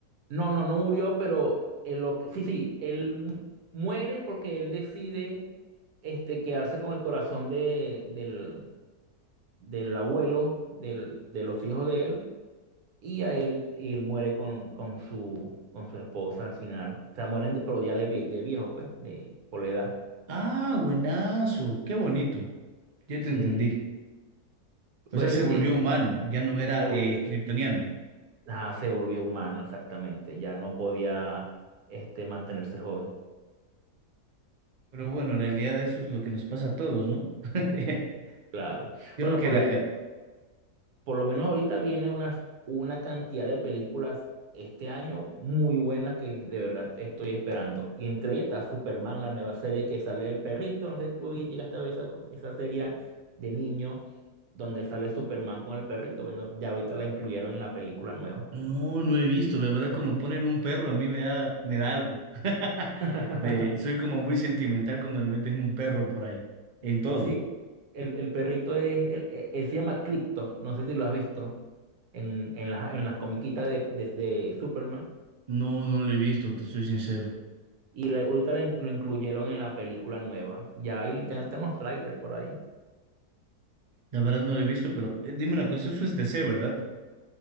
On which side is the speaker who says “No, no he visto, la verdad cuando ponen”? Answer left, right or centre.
Right